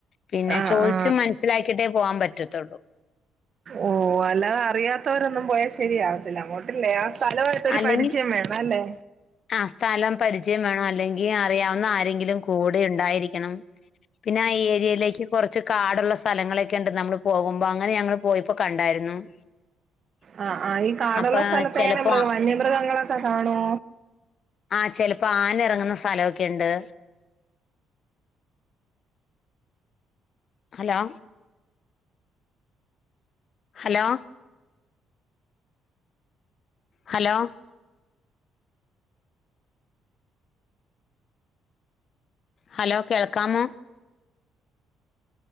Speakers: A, on the left; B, on the right.
A: പിന്നെ
B: ആ
A: ചോദിച്
B: ആ
A: മനസ്സിലാക്കിയിട്ടേ പോകാൻ പറ്റത്തുള്ളൂ.
B: ഓ, അല്ലാതെ അറിയാത്തവരൊന്നും പോയാ ശരിയാവത്തില്ല അങ്ങോട്ടില്ലെ. സ്ഥലമായിട്ടോരൂ
A: അല്ലെങ്കിൽ
B: പ രിചയം വേണം അല്ലേ.?
A: ആ സ്ഥലം പരിചയം വേണം അല്ലെങ്കിൽ അറിയാവുന്ന ആരെങ്കിലും കൂടെ ഉണ്ടായിരിക്കണം പിന്നെ ആ ഏരി ഇതിലേക്ക് കുറച്ച് കാടുള്ള സ്ഥലങ്ങളൊക്കെ ഉണ്ട്. നമ്മളപോകുമ്പോ അങ്ങനെ ഞങ്ങൾ പോയപ്പോ കണ്ടായിരുന്നു. <inaudible> <inaudible>
B: അ, അ, ഈ കാടുള്ള
A: അപ്പൊ
B: സ്ഥലത്ത്
A: ചിലപ്പോ
B: എങ്ങനെ മൃഗ
A: ആ-
B: വന്യമൃഗങ്ങളൊക്കെ കാണോ?
A: ആചിലപ്പോ ആന ഇറങ്ങുന്ന സ്ഥലമൊക്കെുണ്ട്. ഹലോ. ഹലോ. ഹലോ. ഹലോ, കേൾക്കാമോ?